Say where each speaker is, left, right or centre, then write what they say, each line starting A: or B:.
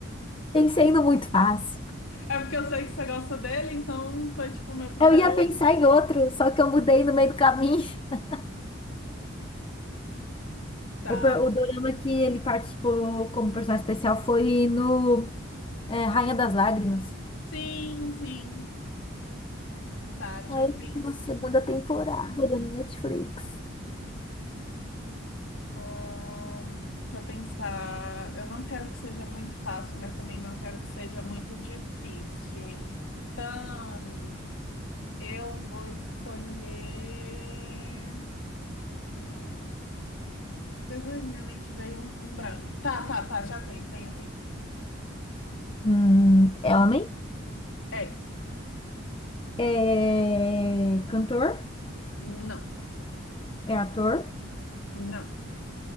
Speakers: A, on the left; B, on the left.
A: Pensei no muito fácil.
B: É porque eu sei que você gosta dele, então foi tipo o meu primeiro.
A: Eu ia pensar em outro, só que eu mudei no meio do caminho. <laughs>
B: Tá.
A: O, per- o dorama que ele participou como personagem especial foi no é, Rainha das Lágrimas.
B: Sim, sim. Tá, deixa
A: Aí
B: eu pensar.
A: eu uma segunda temporada da Netflix.
B: Hum, deixa eu pensar. Eu não quero que seja muito fácil, mas também não quero que seja muito difícil. Então, eu vou escolher. Hum, Jesus, minha mente veio um, um branco. Tá, tá, tá, já tem, tem, tem.
A: Hum, é homem?
B: É,
A: É cantor?
B: não,
A: É ator?
B: não,